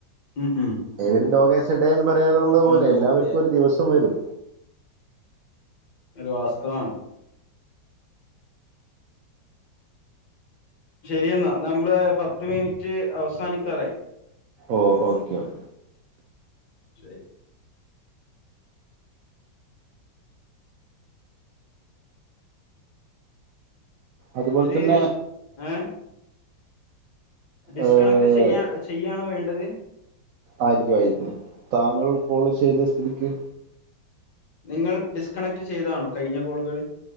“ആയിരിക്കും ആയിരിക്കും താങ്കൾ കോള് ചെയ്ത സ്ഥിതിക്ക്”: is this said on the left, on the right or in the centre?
Right